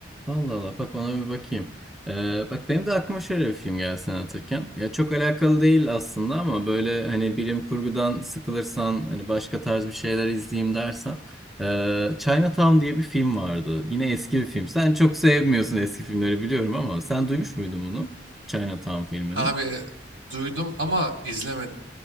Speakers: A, in the centre; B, on the right.
A: Allah Allah bak ona bir bakayım. Ee, bak benim de aklıma şöyle bir film geldi sen anlatırken. Ya çok alakalı değil aslında ama böyle hani bilim kurgudan sıkılırsan hani başka tarz bir şeyler izleyeyim dersen. ee, Chinatown diye bir film vardı. Yine eski bir film. Sen çok sevmiyorsun eski filmleri biliyorum ama sen duymuş muydun bunu? Chinatown filmini.
B: Abi duydum ama izlemedim.